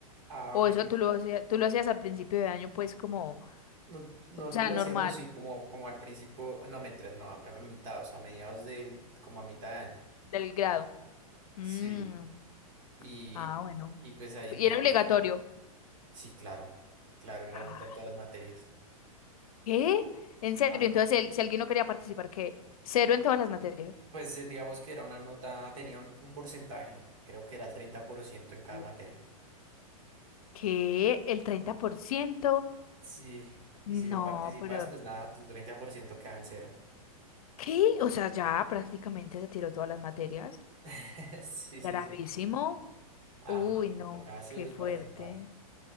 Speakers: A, on the right (about 60°); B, on the left (about 70°).
A: Ah,
B: O
A: ok.
B: eso tú lo hacías, tú lo hacías al principio de año, pues como,
A: No- nosotros
B: o sea,
A: lo
B: normal,
A: hacíamos y como, como al principio, no, mentiras, no, a, a mitad, o sea, a mediados del, como a mitad de año.
B: del grado. Mm,
A: Sí, y,
B: ah, bueno.
A: y pues ahí
B: Y
A: digamos
B: era obligatorio.
A: que sí, claro, claro, era
B: Ah,
A: nota en todas las materias.
B: ¿qué? En serio,
A: Ah,
B: entonces el- si alguien no quería participar, ¿qué? Cero en todas las materias.
A: pues eh, digamos que era una nota, tenía un, un porcentaje, creo que era el 30% en cada
B: Sí.
A: materia.
B: ¿Qué? ¿El treinta por ciento
A: Sí, y
B: No,
A: si no participas,
B: pero...
A: pues nada, tu 30% queda en cero.
B: ¿Qué? O sea, ya prácticamente se tiró todas las materias.
A: <laughs> Sí, sí,
B: Gravísimo.
A: sí. Ajá,
B: Uy, no,
A: tocaba sí
B: qué
A: o sí
B: fuerte.
A: participar.